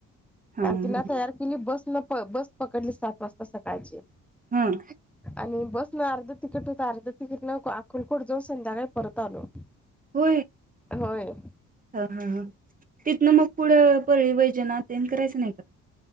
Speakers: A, on the right; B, in the centre.
A: हां,
B: तुला तयार केली बस. होय बस पकडली सात वाजता सकाळची
A: हां.
B: आणि बस न अर्ध तिकीट होत अर्ध तिकीट न अक्कलकोट जाऊन संध्याकाळी परत आलो
A: होय.
B: होय.
A: तर हा तिथनं मग पुढं परळी वैजना त्यानं करायचं नाही का